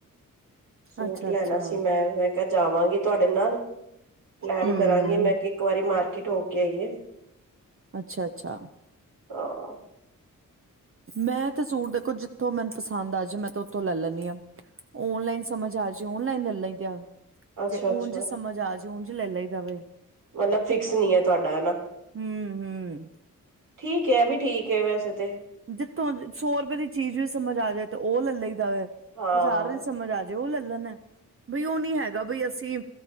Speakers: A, on the right; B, on the right.
A: ਸੂਟ
B: ਅੱਛਾ
A: ਲੈਣਾ
B: ਅੱਛਾ
A: ਸੀ ਮੈਂ ਕਿ ਜਾਵਾਂਗੀ ਤੁਹਾਡੇ ਨਾਲ, ਪਲੈਨ
B: ਹਮ
A: ਕਰਾਂਗੀ ਮੈਂ ਕਿਹਾ ਇੱਕ ਵਾਰੀ ਮਾਰਕੀਟ ਹੋ ਕੇ ਆਈਏ।
B: ਅੱਛਾ-ਅੱਛਾ।
A: ਹਾਂ।
B: ਮੈਂ ਤੇ ਸੂਟ ਦੇਖੋ, ਜਿੱਥੋਂ ਮੈਨੂੰ ਪਸੰਦ ਪਸੰਦ ਆਜੇ ਮੈਂ ਤੇ ਉੱਥੋਂ ਲੈ ਲੈਣੀ ਹਾਂ, ਓਨਲਾਈਨ ਸਮਝ ਆਜੇ ਓਨਲਾਈਨ ਲੈ ਲਈਦਾ।
A: ਅੱਛਾ
B: ਜੇ
A: ਅੱਛਾ
B: ਊਂਝ ਸਮਝ ਆਜੇ ਉਂਝ ਲੈ ਲਈ ਦਾ ਵੇ।
A: ਮਤਲਬ ਫਿਕਸ ਨੀ ਐ ਤੁਹਾਡਾ ਹਨਾ।
B: ਹੂੰ-ਹੂੰ।
A: ਠੀਕ ਹੈ, ਆ ਵੀ ਠੀਕ ਹੈ ਵੈਸੇ ਤੇ
B: ਜਿੱਥੋਂ ਸੌ ਰੁਪਏ ਦੀ ਚੀਜ਼ ਵੀ ਸਮਝ ਆ ਜਾਵੇ ਤੇ ਉਹ ਲੈ ਲਈ ਦਾ ਵੇ
A: ਹਾਂ
B: ਹਜ਼ਾਰ ਸਮਝ ਆ ਜਾ ਜੇ ਉਹ ਲੈ ਲੈਣਾ, ਬਈ ਉਹ ਨੀ ਹੈਗਾ ਬਈ ਅਸੀਂ